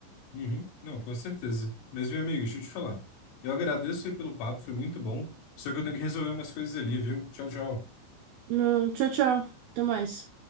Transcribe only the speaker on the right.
Não, tchau, tchau. Até mais.